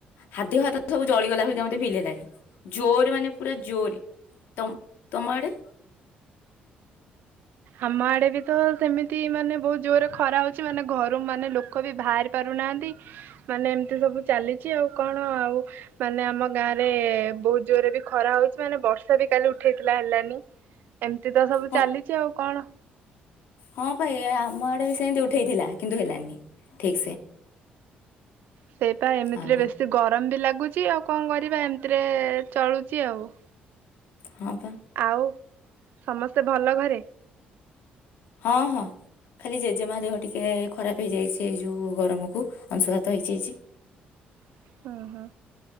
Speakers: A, on the left; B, on the right.
A: ହା ଦିହ ହାତ ସବୁ ଜଳିଗଲା ଭଳିକା ମୋତେ ଫିଲ୍ ହେଲାଣି। ଜୋର ମାନେ ପୁରା ଜୋର ତ ତମ ଆଡ଼େ?
B: ଆମ ଆଡ଼େ ବି ତ ସେମିତି ମାନେ ବହୁତ ଜୋରେ ଖରା ହେଉଚି, ମାନେ ଘରୁ ମାନେ ଲୋକ ବି ବାହାରି ପାରୁନାହାନ୍ତି। ମାନେ ଏମିତି ସବୁ ଚାଲିଛି ଆଉ କଣ ଆଉ ମାନେ ଆମ ଗାଁ ରେ ବହୁତ ଜୋରରେ ବି ଖରା ହଉଛି ମାନେ ବର୍ଷା ବି କାଲି ଉଠେଇଥିଲା ହେଲାନି। ଏମିତି ତ ସବୁ
A: ହଁ
B: ଚାଲିଛି ଆଉ କଣ?
A: ହଁ ଭାଇ ଆମ ଆଡେ ବି ସେମତି ଉଠେଇଥିଲା କିନ୍ତୁ ହେଲାନି ଠିକ ସେ।
B: ସେଇପା ଏମିତିରେ
A: ଆଉ
B: ବସ୍ତ ସେ ଗରମ ବି ଲାଗୁଛି ଆଉ କଣ କରିବା ଏମିତିରେ ଚଳୁଚି ଆଉ।
A: ହଁ ପା।
B: ଆଉ ସମସ୍ତେ ଭଲ ଘରେ?
A: ହଁ ହଁ। ଖାଲି ଜେଜେମା ଦେହ ଟିକେ ଖରାପ ହେଇଯାଇଚି, ଏଇ ଯୋଉ ଗରମକୁୁ ଅଂଶୁଘାତ ହେଇଚି।
B: <inaudible> ହୁଁ ହୁଁ